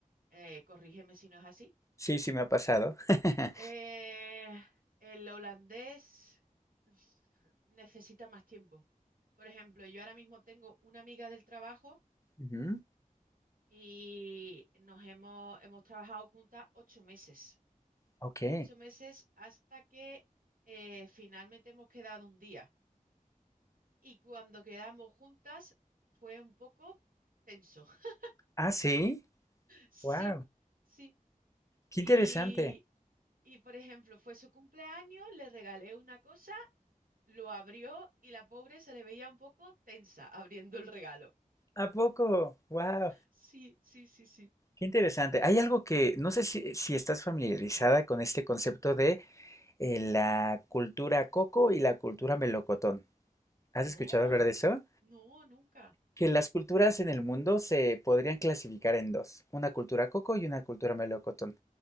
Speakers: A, on the right; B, on the left.
A: Eh, corrígeme si no es así.
B: Sí, sí me ha pasado. <laughs>
A: Eh, el holandés uf, necesita más tiempo. Por ejemplo, yo ahora mismo tengo una amiga del trabajo
B: Ujú,
A: y nos hemos, hemos trabajado juntas ocho meses,
B: Ok.
A: ocho meses hasta que eh, finalmente hemos quedado un día. Y cuando quedamos juntas fue un poco tenso. <laughs>
B: Ah, sí.
A: Sí,
B: Wow.
A: sí.
B: Qué
A: Y,
B: interesante.
A: y por ejemplo, fue su cumpleaños, le regalé una cosa, lo abrió y la pobre se le veía un poco tensa abriendo el regalo.
B: ¿A poco? Wow.
A: Sí, sí, sí, sí.
B: Qué interesante. Hay algo que, no sé si, si estás familiarizada con este concepto de eh, la cultura coco y la cultura melocotón. ¿Has
A: No,
B: escuchado hablar de eso?
A: no, nunca.
B: Que las culturas en el mundo se podrían clasificar en dos, una cultura coco y una cultura melocotón.